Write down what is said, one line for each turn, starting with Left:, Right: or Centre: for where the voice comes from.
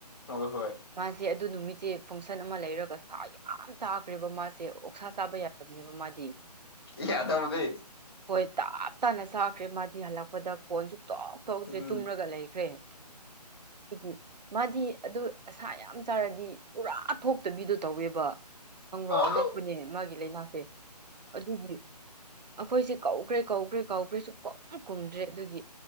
Left: ꯍꯣꯏ ꯍꯣꯏ
Right: ꯃꯥꯁꯦ ꯑꯗꯨ ꯅꯨꯃꯤꯠꯁꯦ ꯐꯪꯁꯟ ꯑꯃ ꯂꯩꯔꯒ ꯁꯥ ꯌꯥꯝ ꯆꯥꯈ꯭ꯔꯦꯕ ꯃꯥꯁꯦ ꯑꯣꯛꯁꯥ ꯆꯥꯕ ꯌꯥꯗꯕꯅꯦꯕ ꯃꯥꯗꯤ꯫
Left: ꯌꯥꯗꯕꯅꯤ
Right: ꯍꯣꯏ ꯇꯥꯞ ꯇꯥꯅ ꯆꯥꯈ꯭ꯔꯦ ꯃꯥꯗꯤ ꯍꯜꯂꯛꯄꯗ ꯐꯣꯟꯁꯨ ꯇꯣꯛ ꯇꯣꯛꯖꯦ
Left: ꯎꯝ
Right: ꯇꯨꯝꯔꯒ ꯂꯩꯈ꯭ꯔꯦ ꯑꯩꯒꯤ ꯃꯥꯗꯤ ꯑꯗꯨ ꯑꯁꯥ ꯌꯥꯝ ꯆꯥꯔꯗꯤ ꯄꯨꯔꯥ ꯊꯣꯛꯇꯕꯤꯗꯨ ꯇꯧꯋꯦꯕ ꯈꯪꯕ꯭ꯔꯣ
Left: ꯑꯣ
Right: ꯑꯉꯛꯄꯅꯤ ꯃꯥꯒꯤ ꯂꯩꯅꯥꯁꯦ ꯑꯗꯨꯒꯤ ꯑꯩꯈꯣꯏꯁꯦ ꯀꯧꯈ꯭ꯔꯦ ꯀꯧꯈ꯭ꯔꯦ ꯀꯧꯈ꯭ꯔꯦ ꯁꯨꯡꯈꯨꯝ ꯈꯨꯝꯗ꯭ꯔꯦ ꯑꯗꯨꯒꯤ